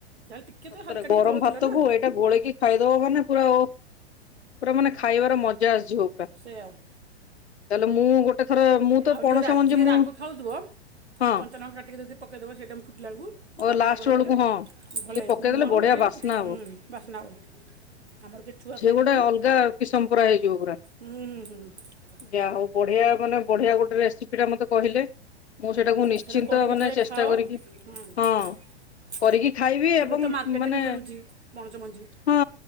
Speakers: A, on the right; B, on the left.
A: ଯାହେଲେ ଟିକେ ତ
B: ସତରେ
A: ହାଲକା
B: ଗରମ
A: ଟିକେ ଝୋଳ
B: ଭାତକୁ
A: ଥିଲା ନା
B: ଏଇଟା ଗୋଳେଇକି ଖାଇଦବ ମାନେ ପୁରା ଓ ପୁରା ମାନେ ଖାଇବାର ମଜା ଆସିଯିବ ପୁରା
A: ସେଇଆ
B: ତାହେଲେ ମୁଁ ଗୋଟେ ଥର ମୁଁ ତ
A: ଆଉ
B: ପଣସ
A: ଯିଏ ରାଜିଏ
B: ମଞ୍ଜି ମୁଁ
A: ରାଗ ଖାଉଥିବ
B: ହଁ
A: ଟିକେ କଞ୍ଚାଲଙ୍କା କାଟିକି ଯଦି ପକେଇ ଦବ ସେଇ ଟାଇମ ଫୁଟିଲା ବେଳକୁ
B: ଓ
A: ଆଉ
B: ଲାଷ୍ଟ
A: ଟିକେ ରାଗ
B: ବେଳକୁ
A: ଲାଗିଲେ
B: ହଁ ଟିକେ
A: ଭଲ ଲାଗିବ
B: ପକେଇଦେଲେ
A: ମୁଁ ଆମର
B: ବଢିଆ
A: କେବେ
B: ବାସ୍ନା ହବ
A: ହୁଁ ବାସ୍ନା ହୁଏନି। ଆମର କେହି ଛୁଆ
B: ସେ
A: ଖାଇବେନି
B: ଗୋଟେ
A: ବୋଲି
B: ଅଲଗା କିସମ ପୁରା ହେଇଯିବ ପୁରା।
A: ହୁଁ, ହୁଁ <unintelligible>
B: ଯାହା ହଉ ବଢିଆ ମାନେ ବଢିଆ ଗୋଟେ ରେସିପି ଟା ମତେ କହିଲେ। ମୁଁ ସେଇଟାକୁ ନିଶ୍ଚିନ୍ତ
A: ସେଟା କରିକି
B: ମାନେ
A: ଥରେ
B: ଚେଷ୍ଟା
A: ଖାଅ
B: କରିକି
A: ହୁଁ।
B: ହଁ କରିକି ଖାଇବି
A: ଏବେ
B: ଏବଂ
A: ତ ମାର୍କେଟରେ
B: ମାନେ
A: ବି ମିଳୁଛି ପଣସ ମଞ୍ଜି
B: ହଁ।